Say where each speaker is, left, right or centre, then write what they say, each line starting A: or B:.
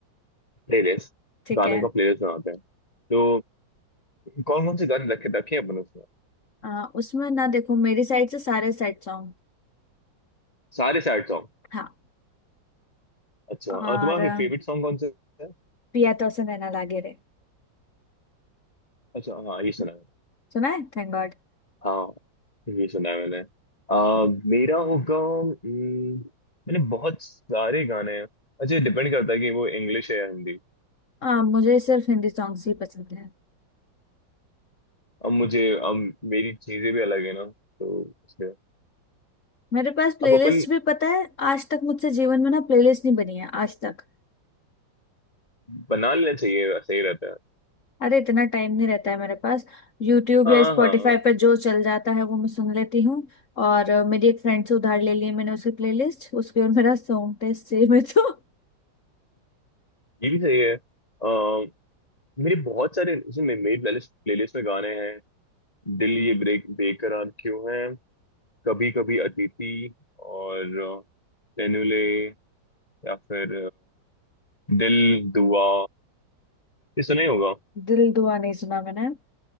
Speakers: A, on the left (about 20°); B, on the left (about 40°).
A: प्लेलिस्ट
B: ठीक
A: गानों
B: है
A: का प्लेलिस्ट बनाते हैं तो कौन कौन से गाने रखे रखे हैं अपन उसमें
B: आ, उसमें ना देखो मेरी साइड से सारे सेट सॉन्ग
A: सारे सैड सॉन्ग
B: हाँ
A: अच्छा अ,
B: और
A: तुम्हारा
B: अ,
A: फेवरेट सॉन्ग कौन सा है
B: पिया तो उसे नैना लागे रे
A: अच्छा हाँ ये सुना
B: सुना है थैंक गॉड
A: हाँ ये सुना है मैंने आ, मेरा होगा हम्म, मैंने बहुत सारे गाने हैं अच्छा डिपेंड करता है कि वो इंग्लिश है या हिंदी
B: आ, मुझे सिर्फ हिंदी सॉन्ग्स ही पसंद है
A: अब मुझे अब मेरी चीजें भी अलग है ना तो इसलिए
B: मेरे पास प्लेलिस्ट
A: अब अपन
B: भी पता है आज तक मुझसे जीवन में ना प्लेलिस्ट नहीं बनी है आज तक
A: बना लेना चाहिए सही रहता है
B: अरे इतना टाइम नहीं रहता है मेरे पास यूट्यूब
A: हाँ
B: या स्पॉटिफाई
A: हाँ
B: पर जो चल जाता है वो मैं सुन लेती हूँ और अ, मेरी एक फ्रेंड से उधार ले ली है मैंने उसकी प्लेलिस्ट उसकी और मेरा सॉन्ग टेस्ट सेम है तो
A: ये भी सही है आ, मेरे बहुत सारे जैसे मे- मेरी प्लेलिस्ट प्लेलिस्ट में गाने हैं दिल ये ब्रेक बेकरार क्यों है कभी कभी अतिथि और अ, तेनुले या फिर दिल दुआ ये सुना ही होगा
B: <laughs> दिल दुआ नहीं सुना मैंने